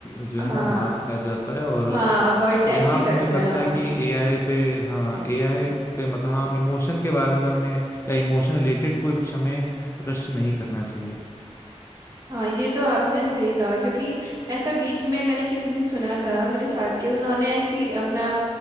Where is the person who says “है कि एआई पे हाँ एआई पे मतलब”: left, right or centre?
Left